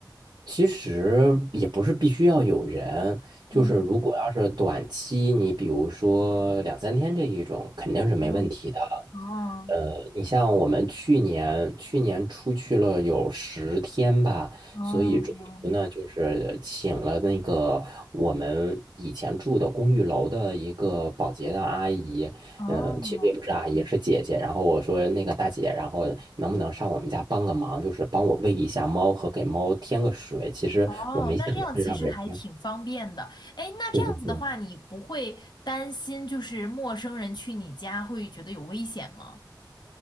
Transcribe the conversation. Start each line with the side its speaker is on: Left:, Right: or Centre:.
Right: 其实也不是必须要有人，就是如嗯果要是短期，
Left: 嗯，
Right: 你比如说两三天这一种，肯定是没问题的。
Left: 哦，哦，
Right: 呃，嗯你像我们去年，去年出去了有十天吧，
Left: 哦，
Right: 所以中途呢，就是请了那个我们以前住的公寓楼的一个保洁的阿姨，
Left: 哦，
Right: 嗯，其实也不是阿姨，是姐姐。然后我说那个大姐，然后能不能上我们家帮个忙，就是帮我喂一下猫和给猫添个水。其实我没想着是让人家，
Left: 哦，那这样其实还挺方便的。哎，那这样子的话，
Right: 对对对，
Left: 你不会担心就是陌生人去你家会觉得有危险吗？